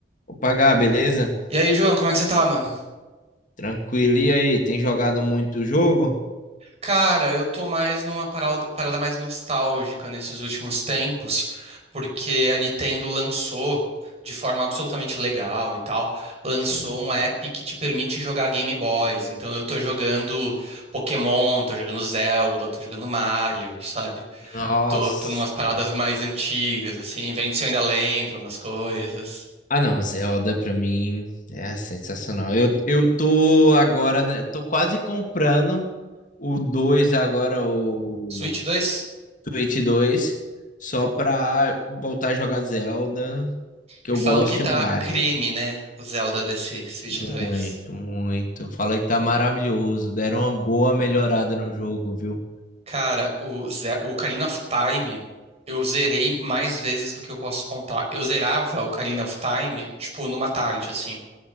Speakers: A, on the left (about 45°); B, on the right (about 35°).
A: Opa, Gá, beleza?
B: E aí, João, como é que você tá, mano?
A: Tranquilo. E aí, tem jogado muito jogo?
B: Cara, eu tô mais numa parada, parada mais nostálgica nesses últimos tempos, porque a Nintendo lançou, de forma absolutamente legal e tal, lançou
A: Sim.
B: um app que te permite jogar Game Boys. Então eu tô jogando Pokémon, tô jogando Zelda, tô jogando Mario, sabe?
A: Nossa,
B: Tô, tô numas paradas
A: mano.
B: mais antigas, assim, vendo se eu ainda lembro umas coisas.
A: Ah, não, Zelda pra mim é sensacional. Eu, eu tô agora, né, tô quase comprando o 2 agora, o
B: Switch dois.
A: Switch 2 só pra voltar a jogar Zelda, que
B: E
A: eu
B: falam
A: gosto,
B: que tá
A: e o Mario.
B: creme, né? O Zelda desse Switch
A: Muito,
B: dois.
A: muito. Fala que tá maravilhoso. Deram uma boa melhorada no jogo, viu?
B: Cara, o, Ze- o Ocarina of Time, eu zerei mais vezes do que eu posso contar. Eu zerava o Ocarina of Time, tipo, numa tarde, assim,